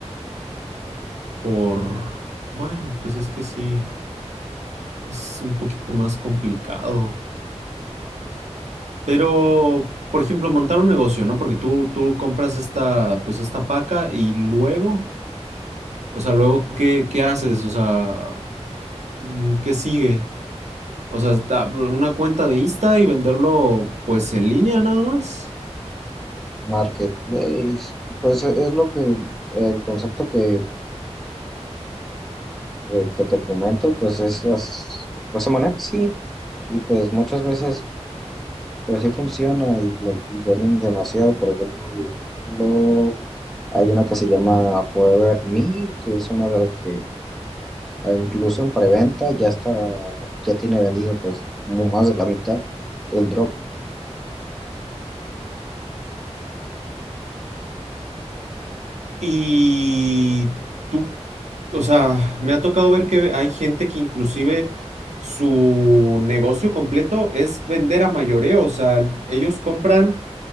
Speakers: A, on the right; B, in the centre.
A: Por, bueno, pues es que sí, es un poquito más complicado. Pero, por ejemplo, montar un negocio, ¿no? Porque tú, tú compras esta, pues esta paca y luego, o sea, luego, ¿qué, qué haces? O sea, mm, ¿qué sigue? O sea, da- una cuenta de Insta y venderlo, pues, en línea nada más.
B: Marketplace, pues e- es lo que el concepto que, eh, que te comento, pues es las, pues se maneja así y pues muchas veces pues sí funciona y, lo- y venden demasiado, por ejemplo, lo, hay una que se llama Forever Me, que es una de las que eh, incluso en preventa ya está, ya tiene vendido pues como más de la mitad del drop,
A: Y tú, o sea, me ha tocado ver que hay gente que inclusive su negocio completo es vender a mayoreo, o sea, ellos compran